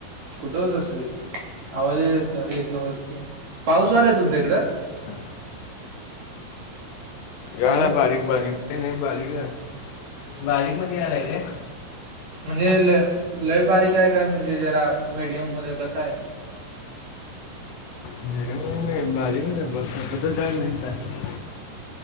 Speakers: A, on the right; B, on the left.
A: कुठ होतास रे? आवाजच येत येत नव्हता तुझा. पाऊस व्हालाय तुमच्याकडे?
B: हू ह. यालाय
A: हॅलो
B: बारीक बारीक, ते नाही बारीक हाय बारीक मध्ये यालाय काय?
A: म्हणजे ल लय बारीक हाय, काय म्हणजे जरा मीडियम मध्ये कसा हाय.
B: मिडीयम नाही बारीक च हाय, पाऊस आता तर काय नाही हितं.